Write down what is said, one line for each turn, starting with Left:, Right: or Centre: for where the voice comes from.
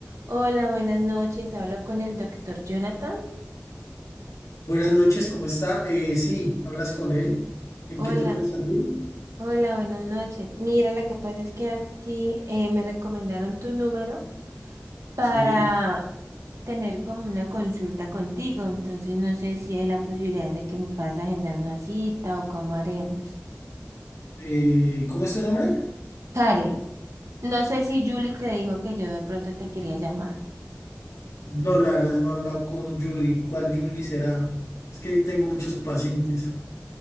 Right: Hola, buenas noches. Hablo con el doctor Jonathan.
Left: Buenas noches, ¿cómo está? Eh, sí, hablas con él. ¿En
Right: Hola,
Left: qué te puedo servir?
Right: hola, buenas noches. Mira, lo que pasa es que a ti eh, me recomendaron tu número para
Left: Sí.
Right: tener como una consulta contigo. Entonces no sé si hay la posibilidad de que me puedas agendar una cita o cómo haremos.
Left: Eh, ¿cómo es tu nombre?
Right: Karen, no sé si Julie te dijo que yo de pronto te quería llamar.
Left: No, la verdad, no he hablado con Julie. ¿Cuál Julie será? Es que tengo muchos pacientes.